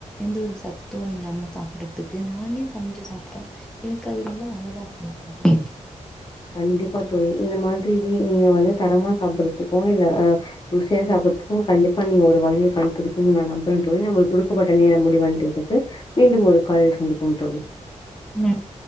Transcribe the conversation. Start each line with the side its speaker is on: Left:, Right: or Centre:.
Centre: எந்த ஒரு சத் து இல்லாம சாப்பிடதுக்கு நானே சமைச்சு சாப்ட்டா எனக்கு அது ரொம்ப நல்லதா இருக்குமா தோழி
Left: கண்டிப்பா தோழி இந்த மாரி நீங்க வந்து தரமா சாப்பிடறதுக்கு இல்ல அ ருசியா சாப்படறதுக்கு கண்டிப்பா நீங்க ஒரு வழிய கண்டுகுடுபிங்க நா நம்புறேன்ங்க நம்ளுக்கு குடுக்கப்பட்ட நேரோ முடிவடைந்து விட்டது மீண்டும் ஒரு காலில் சந்திப்போம் தோழி
Centre: நன்